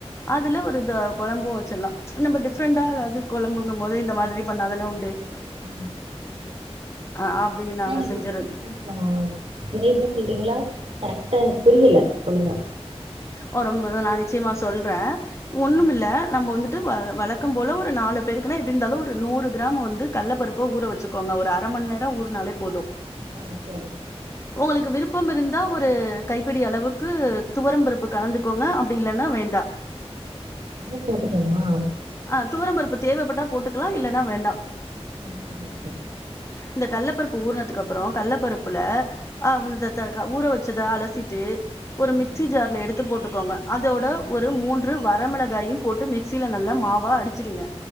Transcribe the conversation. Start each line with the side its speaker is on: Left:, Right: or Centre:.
Left: அதுல ஒரு இந்த கொழம்பும் வச்சிடலா நம்ம டிஃப்ரெண்டா ஏதாது கொழம்புங்கும் போது இந்த மாரி பண்ணாதானே உண்டு
Right: அ
Left: ஆ அப்டி நாங்க
Right: ஆனா எனக்கு
Left: செஞ்சறது
Right: <inaudible> கொஞ்சோ விரைவ சொல்றீங்களா கரெக்டா எனக்கு புரியல ஒலுங்கா
Left: வரும் போது நா நிச்சயமா சொல்றன்
Right: ஆ
Left: ஒண்ணும் இல்ல நம்ம வந்து வ வழக்கம் போல ஒரு நாலு பெருக்குனா இப்ப இந்த அளவு ஒரு நூறு கிராம் வந்து கடல பருப்பு ஊற வச்சுக்கோங்க ஒரு அரமணி நேரம் ஊருனாலே போதும்
Right: ஆ செரி
Left: உங்களுக்கு விருப்பம் இருந்தா ஒரு கைப்பிடி அளவுக்கு துவரம்பருப்பு கலந்துக்கோங்க அப்டி இல்லைன்னா வேண்டாம்
Right: அமு போட்டுக்கனுமா
Left: அ துவர பருப்பு தேவைப்பட்டா போட்டுக்கலாம் இல்லைன்னா வேண்டாம்
Right: ஓகே ஓகே
Left: இந்த கடலபருப்பு ஊறுனதுக்க அப்றோ கடல பருப்புல அவ் த த க ஊற வச்சதா அலசிட்டு ஒரு
Right: ம்
Left: மிக்சி ஜார்ல எடு த்து போட்டுக்கோங்க அதோட
Right: சரி.
Left: ஒரு மூன் று வரமிளகாயும் போட்டு மிக்சியில நல்ல மாவா அடிச்சிடுங்க